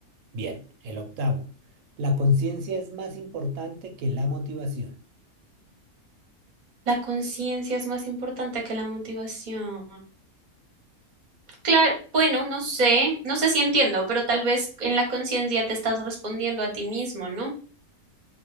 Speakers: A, on the right (about 70°); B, on the right (about 35°).
A: Bien, el octavo. La conciencia es más importante que la motivación,
B: La conciencia es más importante que la motivación. Claro, bueno, no sé, no sé si entiendo, pero tal vez en la conciencia te estás respondiendo a ti mismo, ¿no?